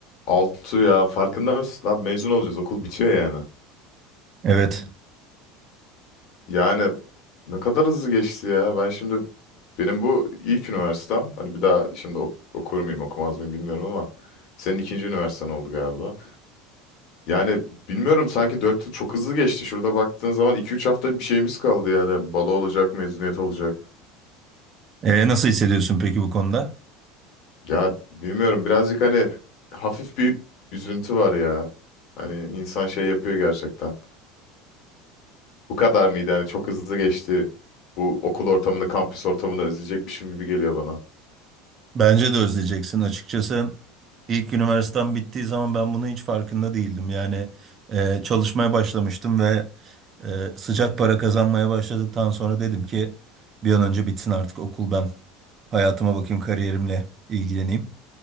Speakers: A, on the left; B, on the right.
A: Altı ya farkında mısın? Abi mezun olacağız okul bitiyor yani.
B: Evet.
A: Yani ne kadar hızlı geçti ya. Ben şimdi benim bu ilk üniversitem. Hani bir daha şimdi ok- okur muyum okumaz mıyım bilmiyorum ama senin ikinci üniversiten oldu galiba. Yani bilmiyorum sanki dört yıl çok hızlı geçti. Şurada baktığın zaman iki üç hafta bir şeyimiz kaldı yani. Balo olacak, mezuniyet olacak.
B: E, nasıl hissediyorsun peki bu konuda?
A: Ya bilmiyorum birazcık hani hafif bir üzüntü var ya. Hani insan şey yapıyor gerçekten. Bu kadar mıydı yani çok hızlı geçti. Bu okul ortamını, kampüs ortamını özleyecekmişim gibi geliyor bana.
B: Bence de özleyeceksin. Açıkçası ilk üniversitem bittiği zaman ben bunun hiç farkında değildim. Yani e, çalışmaya başlamıştım ve e, sıcak para kazanmaya başladıktan sonra dedim ki bir an önce bitsin artık okul ben hayatıma bakayım kariyerimle ilgileneyim.